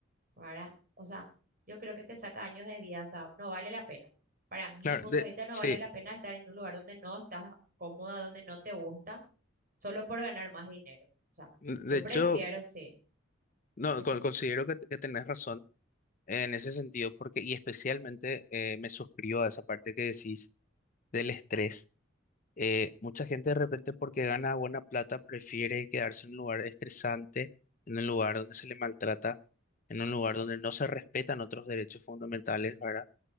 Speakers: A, on the right; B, on the left.
A: ¿verdad? O sea, yo creo que te saca años de vida, o sea, no vale la pena. Para mi
B: claro,
A: punto
B: de,
A: de vista, no
B: sí.
A: vale la pena estar en un lugar donde no estás cómoda, donde no te gusta, solo por ganar más dinero. O sea,
B: De
A: yo
B: hecho,
A: prefiero, sí,
B: no,
A: definitivamente.
B: con- considero que, que tenés razón en ese sentido, porque, y especialmente eh, me suscribo a esa parte que decís del estrés Eh, mucha gente de repente porque gana buena plata prefiere quedarse en un lugar estresante, en un lugar donde se le maltrata, en un lugar donde no se respetan otros derechos fundamentales, ¿verdad?